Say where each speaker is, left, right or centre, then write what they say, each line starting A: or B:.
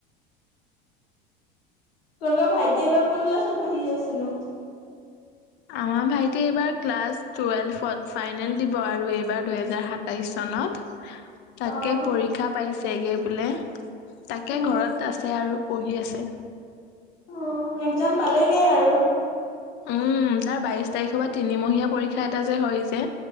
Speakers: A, on the left; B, on the left.
A: তোমালোকৰ ভাইটি এইবাৰ কোন ক্লাছত পঢ়ি আছে নো?
B: আমাৰ ভাইটি এইবাৰ ক্লাছ টুৱেলভত ফাইনেল দিব আৰু এইবাৰ দুহেজাৰ সাতাইশ চনত। তাকে
A: অ',
B: পৰীক্ষা পাইছে। <unintelligible> তাকে
A: অ',
B: ঘৰত আছে আৰু। পঢ়ি আছে।
A: অ' একজাম পালেগে আৰু।
B: উম তাৰ বাইশ তাৰিখৰ পৰা তিনিমহীয়া পৰীক্ষা এটা যে হয় যে